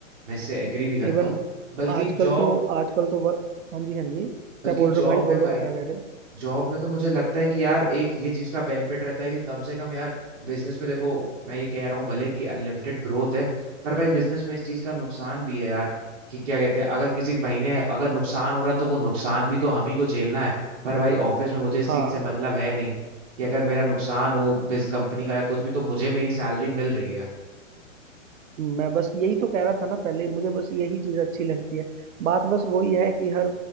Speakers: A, on the right; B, on the right.
A: मैं इससे एग्री भी करता
B: इवन
A: हूँ बल्कि
B: आजकल
A: जॉब
B: तो आजकल तो वर... हाँ जी हाँ जी क्या
A: बल्कि
B: बोल
A: जॉब
B: रहे हो भाई
A: में
B: बोलो
A: भाई
B: क्या कह रहे हो
A: जॉब में तो मुझे लगता है कि यार एक ये चीज का बेनिफिट रहता है कि कम से कम यार बिजनेस में देखो मैं ये कह रहा हूँ भले कि अनलिमिटेड ग्रोथ है पर भाई बिजनेस में इस चीज का नुकसान भी है यार कि क्या कहते हैं अगर किसी महीने अगर नुकसान हो रहा है तो वो नुकसान भी तो हम ही को झेलना है पर भाई ऑफिस में मुझे इस
B: हाँ
A: चीज से मतलब है नहीं कि अगर मेरा नुकसान हो बिज कंपनी का या कुछ भी तो मुझे मेरी सैलरी मिल रही है
B: मैं बस यही तो कह रहा था ना पहले मुझे बस यही चीज अच्छी लगती है बात बस वही है कि हर